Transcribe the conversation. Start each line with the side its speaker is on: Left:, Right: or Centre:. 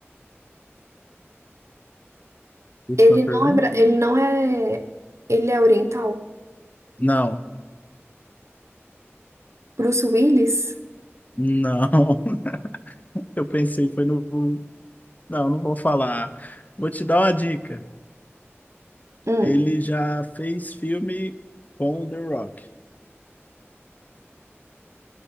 Left: Última
Right: Ele
Left: pergunta?
Right: não é, bra- ele não é, ele é oriental?
Left: Não,
Right: Bruce Willis?
Left: não. <laughs> Eu pensei, foi no. Não, não vou falar. Vou te dar uma dica.
Right: Hum,
Left: Ele já fez filme com o The Rock.